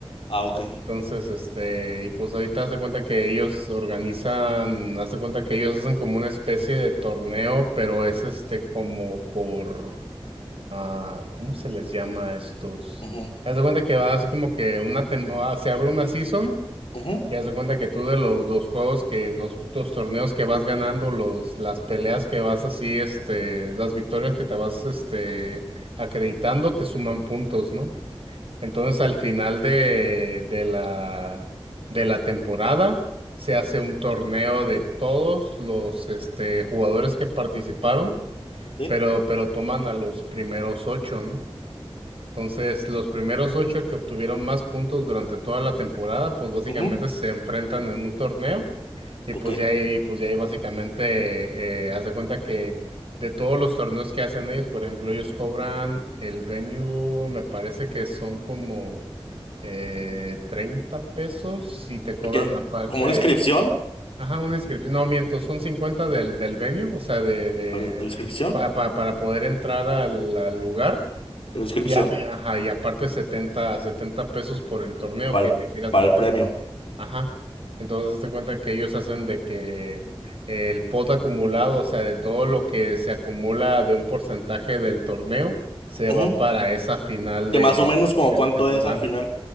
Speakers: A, on the left; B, on the right.
A: Ah, ok.
B: Entonces, este, y pues ahorita haz de cuenta que ellos organizan, haz de cuenta que ellos hacen como una especie de torneo, pero es este como por, ah, ¿cómo se les llama a estos?
A: Ujú,
B: Haz de cuenta que va así como que una, tem- ah, se abre una season
A: ujú,
B: ya se cuenta que tú de los, los juegos que, los, los torneos que vas ganando, los, las peleas que vas así, este, las victorias que te vas, este, acreditando, te suman puntos, ¿no? Entonces al final de, de la, de la temporada se hace un torneo de todos los, este, jugadores que participaron,
A: ok,
B: pero, pero toman a los primeros ocho, ¿no? Entonces, los primeros ocho que obtuvieron más puntos durante toda la temporada, pues básicamente
A: ujú,
B: se enfrentan en un torneo y
A: ok.
B: pues ya ahí, pues ya ahí básicamente, eh, haz de cuenta que de todos los torneos que hacen ellos, por ejemplo, ellos cobran el venue, me parece que son como eh, 30 pesos y te cobran
A: ¿Qué?
B: aparte,
A: ¿Como una inscripción?
B: ajá, una inscripción, no miento, son 50 del, del venue, o sea, de, de,
A: ¿La inscripción?
B: para para para poder entrar al al lugar.
A: La inscripción
B: Y, a- y, ajá, y aparte setenta setenta pesos por el torneo
A: para
B: que
A: el,
B: te quieras
A: para
B: meter.
A: el premio.
B: Ajá. Entonces, hazte cuenta que ellos hacen de que el pot acumulado, o sea, de todo lo que se acumula de un porcentaje del torneo, se
A: Ujú,
B: va para esa final de,
A: Que más o menos
B: de,
A: como
B: de
A: cuánto
B: la temporada.
A: es al final,